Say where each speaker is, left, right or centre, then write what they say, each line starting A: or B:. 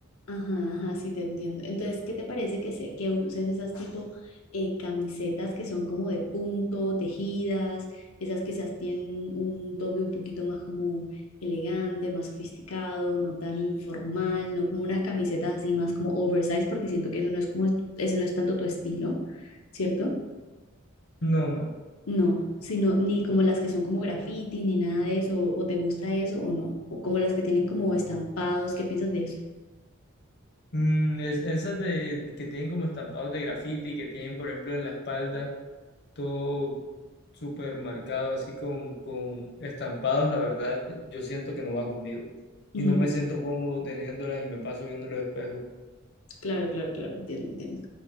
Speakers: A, on the left (about 85°); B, on the left (about 55°).
A: Ajá, ajá, sí te entiendo. Entonces, ¿qué te parece que, se, que uses esas tipo eh, camisetas que son como de punto, tejidas? Esas quizás tienen un toque un poquito más como elegante, más sofisticado, no tan informal, no como unas camisetas así más como oversize, porque siento que eso no es como, ese no es tanto tu estilo, ¿cierto?
B: No, no.
A: No, sino ni como las que son como graffiti, ni nada de eso, o, o te gusta eso o no, o como las que tienen como estampados, ¿qué piensas de eso?
B: Mm, es, esas de, que tienen como estampados de graffiti, que tienen, por ejemplo, en la espalda todo súper marcado, así con, con estampados, la verdad, yo siento que no va conmigo.
A: Ujú,
B: Y no me siento cómodo teniéndolas y me paso viendo los espejos.
A: Claro, claro, claro, entiendo, entiendo.